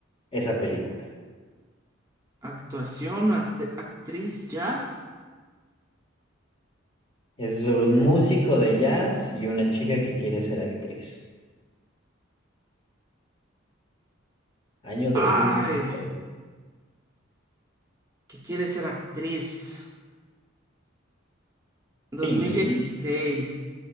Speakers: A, on the left (about 30°); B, on the right (about 15°).
A: esa película?
B: Actuación, act- actriz, jazz.
A: Es sobre un músico de jazz y una chica que quiere ser actriz. Año dos
B: Ay,
A: mil dieciséis.
B: qué quiere ser actriz. 2016.
A: Sí.